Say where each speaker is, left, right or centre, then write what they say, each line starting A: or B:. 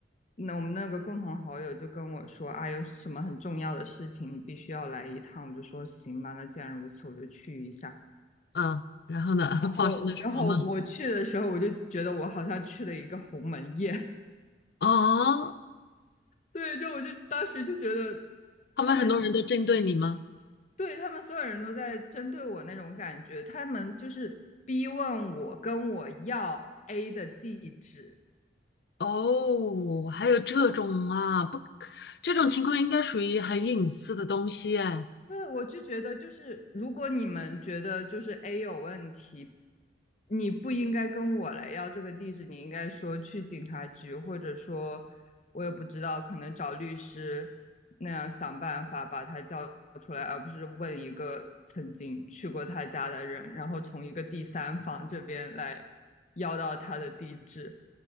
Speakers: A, on the left; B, on the left.
A: 那我们那个共同好友就跟我说啊，有什么很重要的事情你必须要来一趟。我就说行吧，那既然如此，我就去一下。
B: 嗯，然后呢，<laughs>
A: 然后，
B: 发生了什么吗？
A: 然后我去的时候，我就觉得我好像去了一个鸿门宴。<laughs>
B: 哦
A: 对，就我就当时就觉得
B: 他们很多人都针对你吗？
A: 他们对，他们所有人都在针对我那种感觉，他们就是逼问我跟我要 A 的地址，
B: 哦，还有这种啊，不，这种情况应该属于很隐私的东西哎。
A: 那我就觉得，就是如果你们觉得就是 A 有问题，你不应该跟我来要这个地址，你应该说去警察局，或者说，我也不知道，可能找律师那样想办法把他叫出来，而不是问一个曾经去过他家的人，然后从一个第三方这边来要到他的地址。